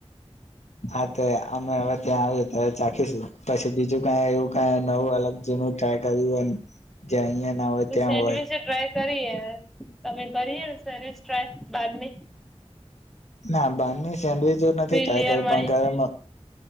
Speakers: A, on the left; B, in the centre.
A: હા તો અમે હવે ત્યાં આવ્યે તારે ચાખીશું. પછી બીજું કઈ એવું કઈ નવું અલગ જે ટ્રાય કર્યું હોયન, જે અહિયાં ના હોય, ત્યાં
B: સેન્ડવીચ
A: હોય?
B: ટ્રાય કરીએ તમે કરીએ સેન્ડવિચ ટ્રાય, બારની?
A: ના, બારની સેન્ડવીચ નથી
B: થ્રી
A: ટ્રાય
B: લેયર
A: કરી,
B: વાળી
A: પણ ઘરે મમ્